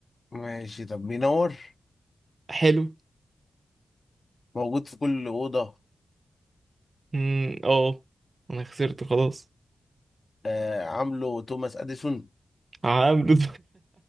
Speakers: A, on the left; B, on the right.
A: ماشي طب بينور
B: حلو
A: موجود في كل أوضة
B: امم اه انا خسرت خلاص
A: آه عامله توماس أديسون
B: هعمل